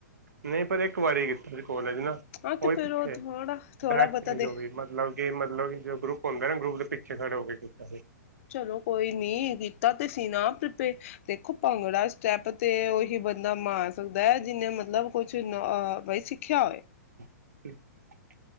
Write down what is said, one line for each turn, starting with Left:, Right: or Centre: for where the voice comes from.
Right: ਨਹੀਂ ਪਰ ਇੱਕ ਵਾਰੀ ਕੀਤਾ। ਕੋਲੇਜ ਨਾ
Left: ਹਾਂ
Right: ਉਹੀ
Left: ਤੇ ਫੇਰ
Right: ਪਿੱਛੇ
Left: ਉਹ ਥੋੜਾ ਥੋੜਾ
Right: ਬੈਕ
Left: ਬਹੁਤਾ
Right: ਸਟੇਜ
Left: ਦੇ
Right: ਹੋ ਗਈ। ਮਤਲਬ ਕਿ ਮਤਲਬ ਕਿ ਜੋ ਗਰੁੱਪ ਹੁੰਦਾ ਨਾ ਗਰੁੱਪ ਦੇ ਪਿੱਛੇ ਖੜੇ ਹੋ ਕੇ ਕੀਤਾ ਸੀ।
Left: ਚਲੋ ਕੋਈ ਨੀ ਕੀਤਾ ਤੇ ਸੀ ਨਾ ਪੇ ਦੇਖੋ ਭੰਗੜਾ ਸਟੈਪ ਤੇ ਉਹੀ ਬੰਦਾ ਮਾਰ ਸਕਦਾ ਐ। ਜਿਹਨੇ ਮਤਲਬ ਕੋਈ ਅ ਬਾਈ ਸਿੱਖਿਆ ਹੋਵੇ।
Right: <unintelligible>